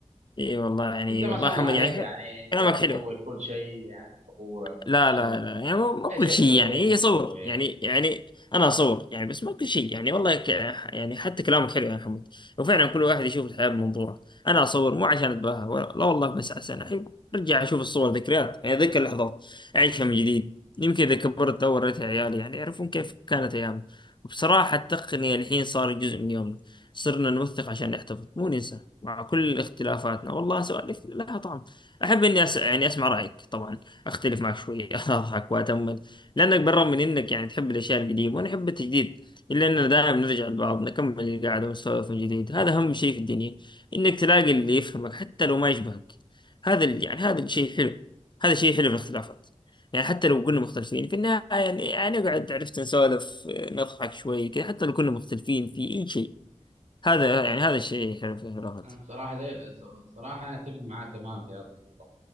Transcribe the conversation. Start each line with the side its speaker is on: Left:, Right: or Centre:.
Left: ايه والله يعني
Right: أنت ما
Left: والله
Right: شاء
Left: محمد
Right: الله عليك
Left: يعني
Right: يعني أنت
Left: كلامك حلو
Right: تصور كل شيء يعني صبورة
Left: لا
Right: والشمس
Left: لا لا يعني مو مو
Right: اي
Left: كل
Right: شيء
Left: شيء
Right: تسويه
Left: يعني هي
Right: انت تسويه
Left: صور يعني يعني انا اصور يعني بس مو كل شيء يعني والله ك... يعني حتى كلامك حلو يا حمود وفعلا كل واحد يشوف الحياه بمنظوره انا اصور مو عشان اتباهى ولا لا والله بس عشان احب ارجع اشوف الصور ذكريات يعني اتذكر اللحظات اعيشها من جديد يمكن اذا كبرت او وريتها عيالي يعني يعرفون كيف كانت ايامنا وبصراحه التقنيه الحين صار جزء من يومنا صرنا نوثق عشان نحتفظ مو ننسى مع كل اختلافاتنا والله سوالف لها طعم احب اني أس... يعني اسمع رايك طبعا اختلف معك شويه <laughs> اضحك واتامل لانك بالرغم من انك يعني تحب الاشياء القديمه وانا احب التجديد الا اننا دائما نرجع لبعض نكمل القعده ونسولف من جديد هذا اهم شيء في الدنيا انك تلاقي اللي يفهمك حتى لو ما يشبهك هذا ال- يعني هذا الشيء حلو هذا شيء حلو في الاختلافات يعني حتى لو كنا مختلفين في النهايه يعني يعني نقعد عرفت نسولف نضحك شوي كذا حتى لو كنا مختلفين في اي شيء هذا
Right: أس-
Left: يعني هذا الشيء حلو في الاختلافات
Right: صراحه دي صراحه انا اتفق معاك تماما في هذه النقطه